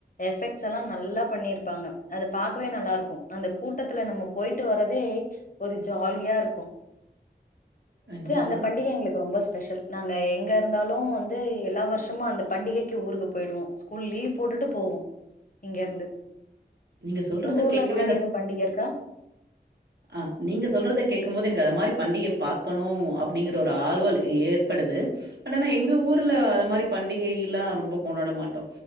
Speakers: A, on the left; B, on the right.
A: எஃபெக்ட்ஸ் எல்லா நல்லா பண்ணிருப்பாங்க அத பாக்கவே நல்லா இருக்கு அந்த கூட்டத்துல நம்ம போய்ட்டு வர்றதே ஒரு ஜாலியா இருக்கு
B: ஆ நீங்க சொ
A: அந்த பண்டிக எங்களுக் ரொம்ப ஸ்பெஷல் நாங்க எங்க இருந்தாலு வந்து எல்லா வர்ஷமு அந்த பண்டிகைக்கு ஊருக்கு போய்டுவோ ஸ்கூல் லீவ் போட்டுட்டு போவோ இங்க இருந்து
B: நீங்க சொல்றத
A: உங்க ஊர்ல
B: கேட்கவே
A: அந்த மாரி எது பண்டிக இருக்கா
B: அ நீங்க சொல்றத கேக்கும்போது எனக்கு அத மாரி பண்டிகைய பாக்கணு அப்டிங்கிற ஒரு ஆழ்வல் ஏற்படுது பட் ஆனா எங்க ஊர்ல அது மாரி பண்டிகைலா ரொம்ப கொண்டாட மாட்டோ